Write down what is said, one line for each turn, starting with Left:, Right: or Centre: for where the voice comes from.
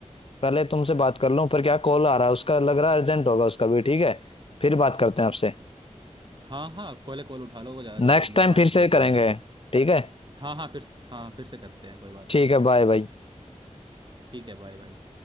Left: पहले तुमसे बात कर लूं पर क्या कॉल आ रहा है उसका लग रहा है अर्जेंट होगा उसका भी ठीक है फिर बात करते हैं आपसे
Right: हाँ हाँ कॉले कॉल उठा लो वो ज़्यादा
Left: नेक्स्ट
Right: ज़रूरी
Left: टाइम
Right: है बात
Left: फिर
Right: तो
Left: से
Right: होती
Left: करेंगे
Right: रहेगी
Left: ठीक है
Right: हाँ हाँ फिर से- हाँ फिर से करते हैं कोई बात
Left: ठीक
Right: नहीं
Left: है बाय बाय
Right: ठीक है बाय बाय